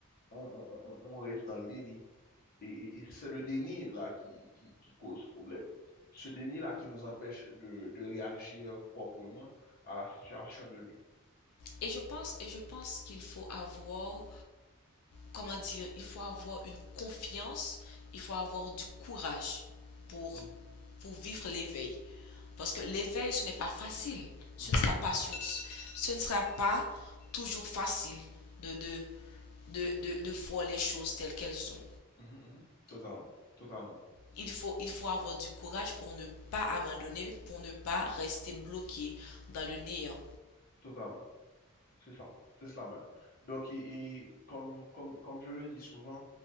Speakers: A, on the left; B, on the left.
A: on, on- on- on reste dans le déni. Et, et- et c'est le déni là qui, qui, qui cause problème. Ce déni là qui nous empêche de, de réagir proprement à la situation donnée.
B: Et je pense, et je pense qu'il faut avoir comment dire, il faut avoir une confiance, il faut avoir du courage pour,
A: Mhm,
B: pour vivre l'éveil. Parce que l'éveil, ce n'est pas facile. Ce
A: mhm,
B: ne sera pas, sur- ce ne sera pas toujours facile de, de, de, de, de voir les choses telles qu'elles sont.
A: mhm, mhm, mhm. Totalement, totalement,
B: Il faut, il faut avoir du courage pour ne pas abandonner, pour ne pas rester bloqué dans le néant.
A: totalement. C'est ça, c'est cela même. Donc, il- il- comme, comme, comme je le dis souvent,